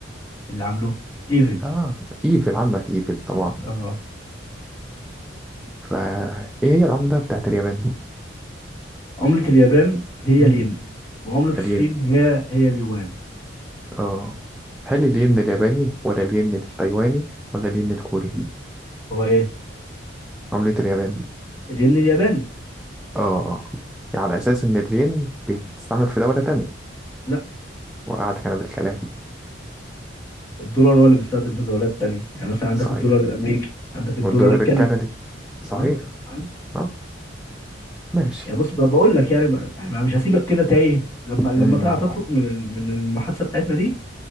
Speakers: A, on the left (about 15°); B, in the centre.
A: اللي عاملوه ايفل
B: اه ايفل عندك ايفل طبعا
A: اه
B: فايه هي العمله بتاعت اليابان
A: عملة اليابان هي
B: مم.
A: الين وعملة الصين
B: الين
A: هي هي اليوان
B: اه هل الين الياباني ولا الين التايواني ولا الين الكوري
A: هو ايه
B: عمله اليابان
A: الين الياباني
B: اه اه على اساس ان الين بيتستعمل في دوله تانية
A: لا
B: وقعتك أنا بالكلام
A: الدولار هو اللي بيستخدم في دولات تانية يعني مثلا عندك
B: صحيح
A: الدولار الامريكي عندك الدولار
B: والدولار
A: الكندي
B: الكندي صحيح
A: اه فاهم
B: أه ماشي
A: يعني بص ب- بقول لك يعني ب- احنا مش هسيبك كده تايه لما لما
B: امم
A: تع- تخرج من ال- من المحادثه بتاعتنا دي